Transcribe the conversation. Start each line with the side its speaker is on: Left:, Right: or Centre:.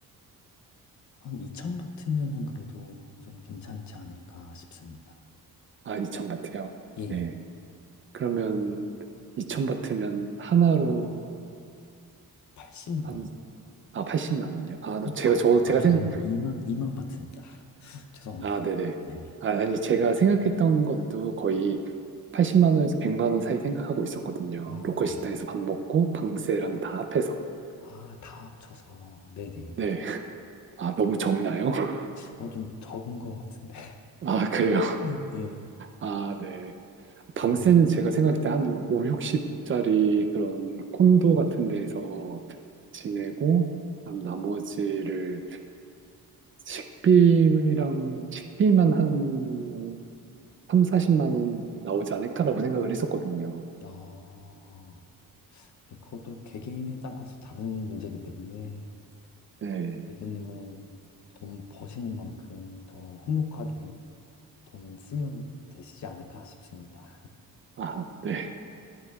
Left: 한 2천 바트면은 그래도 좀 괜찮지 않을까 싶습니다.
Right: 아, 2000 바트요.
Left: 예,
Right: 네. 그러면 2000 바트면 하나로
Left: 80만
Right: 한,
Left: 원.
Right: 아, 80만 원요. 아, 또
Left: 어,
Right: 제가
Left: 아,
Right: 저
Left: 죄-
Right: 제가
Left: 아, 죄송합니다.
Right: 생각
Left: 2만, 2만 바트입니다. <laughs> 죄송합니다.
Right: 아, 네네.
Left: 네네.
Right: 아, 아니 제가 생각했던 것도 거의 80만 원에서 100만 원 사이 생각하고 있었거든요.
Left: 아,
Right: 로컬
Left: 네네.
Right: 식당에서 밥 먹고 방세랑 다 합해서.
Left: 아, 다 합쳐서. 네네.
Right: 네. 아, 너무 적나요? <laughs>
Left: 어, 좀 적은 것 같은데.
Right: 아, 그래요.
Left: <laughs> 예.
Right: 아, 네. 방세는
Left: 미안.
Right: 제가 생각할 때 한 5, 60짜리 그런 콘도 같은 데에서 지내고, 그다음 나머지를 식비랑 식비만 한 3, 40만 원 나오지 않을까라고 생각을 했었거든요.
Left: 아, 근데 그것도 개개인에 따라서 다른 문제이기 때문에,
Right: 네.
Left: 미드님은 돈 버시는 만큼 더 행복하게 돈 쓰면 되시지 않을까 싶습니다.
Right: 아, 네.